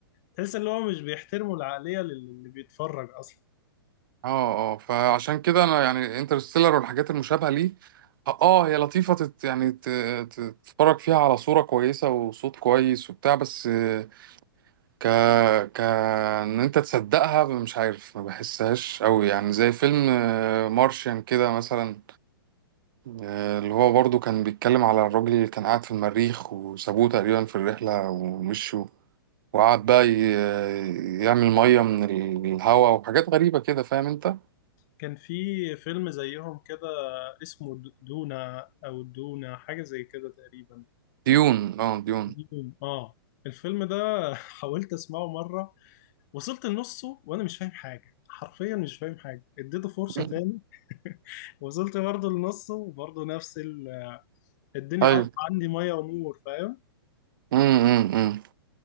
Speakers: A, on the left (about 45°); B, on the right (about 60°).
A: تحس ان هو مش بيحترموا العقليه لل- اللي بيتفرج اصلا
B: اه اه فعشان كده انا يعني انترستيلر والحاجات المشابهه ليه اه آه، هي لطيفه تت يعني ت- ت- تتفرج فيها على صوره كويسه وصوت كويس وبتاع بس آه، ك ك ان انت تصدقها مش عارف ما بحسهاش قوي يعني زي فيلم مارشيان كده مثلا آه، اللي هو برضو كان بيتكلم على الراجل اللي كان قاعد في المريخ وسابوه تقريبا في الرحله ومشوا وقعد بقى ي- يعمل ميه من الهواء وحاجات غريبه كده فاهم انت
A: كان في فيلم زيهم كده اسمه د- دونا او دونا حاجه زي كده تقريبا
B: ديون اه ديون
A: دوم. اه الفيلم ده <laughs> حاولت اسمعه مره وصلت لنصه وانا مش فاهم حاجه حرفيا مش فاهم حاجه اديته فرصه
B: مم.
A: تاني <laughs> وصلت برضه لنصه وبرضه نفس ال... الدنيا
B: ايوه
A: قطع عندي ميه ونور فاهم
B: امم امم